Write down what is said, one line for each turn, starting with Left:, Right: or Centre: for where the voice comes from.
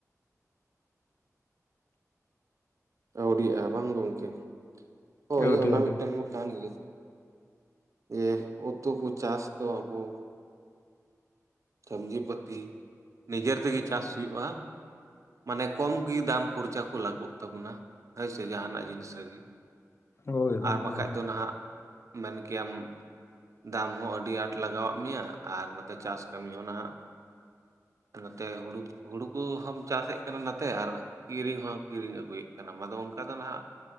Right: ᱟᱹᱣᱨᱤᱜᱼᱟ ᱵᱟᱝ ᱜᱚᱢᱠᱮ ᱦᱳᱭ
Left: ᱟᱹᱰᱤ
Right: ᱚᱱᱟ
Left: ᱟᱹᱰᱤ
Right: ᱢᱤᱫᱴᱮᱱ ᱠᱟᱱ ᱜᱮ ᱡᱮ ᱩᱛᱩ ᱠᱚ ᱪᱟᱥ ᱫᱚ ᱟᱵᱚ ᱥᱚᱵᱽᱡᱤ ᱯᱟᱹᱛᱤ ᱱᱤᱡᱮᱨ ᱛᱮᱜᱮ ᱪᱟᱥ ᱦᱩᱭᱩᱜᱼᱟ ᱾ ᱢᱟᱱᱮ ᱠᱚᱢ ᱜᱮᱤ ᱫᱟᱢ ᱠᱷᱚᱨᱪᱟ ᱠᱚ ᱞᱟᱹᱜᱩᱜ ᱛᱟᱵᱚᱱᱟ ᱦᱳᱭᱥᱮ ᱡᱟᱦᱟᱱᱟᱜ ᱡᱤᱱᱤᱥ ᱨᱮᱜᱮ <unintelligible>
Left: ᱦᱳᱭ ᱦᱳᱭ
Right: ᱟᱨ ᱵᱟᱠᱷᱟᱡ
Left: ᱦᱳᱭ
Right: ᱫᱚ ᱱᱟᱦᱟᱜ ᱢᱮᱱ ᱠᱮᱟᱢ ᱫᱟᱢ ᱦᱚᱸ ᱟᱹᱰᱤ ᱟᱸᱴ ᱞᱟᱜᱟᱣᱟᱜ ᱢᱮᱭᱟ ᱟᱨ ᱱᱚᱛᱮ ᱪᱟᱥ ᱚᱱᱟ ᱱᱚᱛᱮ ᱦᱩᱲᱩ ᱦᱩᱲᱩ ᱠᱚᱦᱚᱢ ᱪᱟᱥᱮᱫ ᱠᱟᱱᱟ ᱱᱟᱛᱮ ᱟᱨ ᱠᱤᱨᱤᱧ ᱦᱚᱸᱢ ᱠᱤᱨᱤᱧ ᱟᱹᱜᱩᱭᱮᱫ ᱠᱟᱱᱟ ᱟᱫᱚ ᱚᱱᱠᱟ ᱫᱚ ᱱᱟᱦᱟᱜ